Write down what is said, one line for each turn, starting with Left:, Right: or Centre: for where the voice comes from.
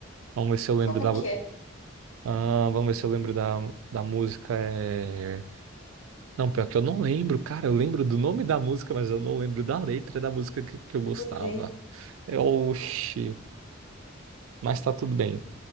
Right: Vamos ver se eu lembro
Left: Como
Right: da.
Left: que é?
Right: Ah, vamos ver se eu lembro da, da música. É... Não, pior que eu não lembro, cara. Eu lembro do nome da música, mas eu não lembro da letra da música que, que eu gostava.
Left: Tudo bem.
Right: É, oxi, mas tá tudo bem.